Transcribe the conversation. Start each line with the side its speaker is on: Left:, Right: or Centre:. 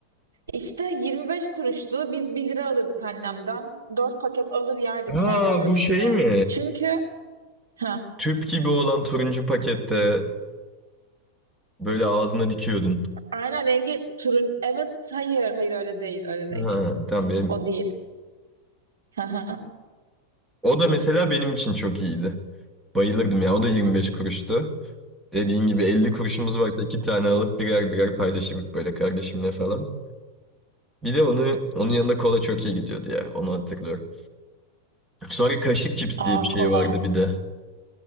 Right: İşte 25 kuruştu. Biz bir lira alırdık annemden. dört paket alır yerdik
Centre: Ha
Right: yani dördünde.
Centre: bu şey mi?
Right: Çünkü ha
Centre: Tüp gibi olan turuncu pakette böyle ağzına dikiyordun.
Right: aynen rengi turun evet hayır hayır öyle değil öyle değil.
Centre: Ha tamam benim.
Right: O değil. Haha.
Centre: O da mesela benim için çok iyiydi. Bayılırdım ya. O da 25 kuruştu. Dediğin gibi 50 kuruşumuz varsa iki tane alıp birer birer paylaşırdık böyle kardeşimle falan. Bir de onu onun yanında kola çok iyi gidiyordu ya. Onu hatırlıyorum. Sonra kaşık cips diye
Right: Aa
Centre: bir şey
Right: kola.
Centre: vardı bir de.